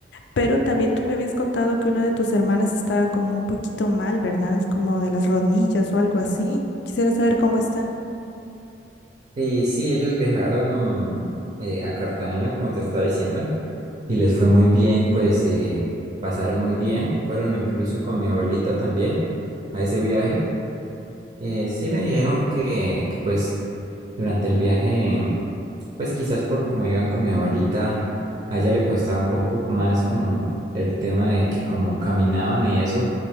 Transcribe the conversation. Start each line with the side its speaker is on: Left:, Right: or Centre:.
Left: pero también tú me habías contado que una de tus hermanas estaba como un poquito mal, ¿verdad? Como de las rodillas o algo así. Quisiera saber cómo están.
Right: Sí, sí, ellos viajaron eh, a Cartagena, como te estaba diciendo, y les fue muy bien, pues eh, pasaron muy bien. Fueron incluso con mi abuelita también a ese viaje. Eh, sí me dijeron que, que pues durante el viaje Pues quizás por como iban con mi abuelita, a ella le costaba un poco más como el tema de que como caminaban y eso,